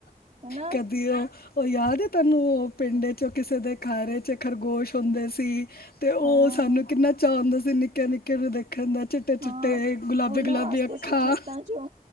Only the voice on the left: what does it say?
ਕਦੀ ਉਹ ਉਹ ਯਾਦ ਹੈ ਉਹ ਪਿੰਡ'ਚੋਂ ਕਿਸੇ ਦੇ, ਖਾਰੇ'ਚ ਖਰਗੋਸ਼ ਹੁੰਦੇ ਸੀ। ਤੇ, ਉਹ
ਸਾਨੂੰ ਕਿੰਨਾ ਚਾਅ ਹੁੰਦਾ ਸੀ। ਨਿੱਕੇ- ਨਿੱਕੇ ਨੂੰ ਦੇਖਣ ਦਾ। ਚਿੱਟੇ ਚਿੱਟੇ
ਗੁਲਾਬੀ
ਗੁਲਾਬੀ
ਅੱਖਾਂ